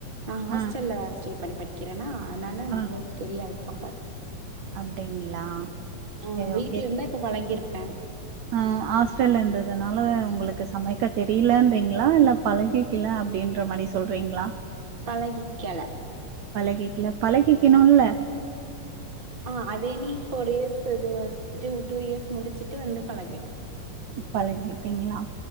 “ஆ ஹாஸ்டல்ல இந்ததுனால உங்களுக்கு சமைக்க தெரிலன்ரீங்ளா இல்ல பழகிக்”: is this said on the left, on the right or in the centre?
Right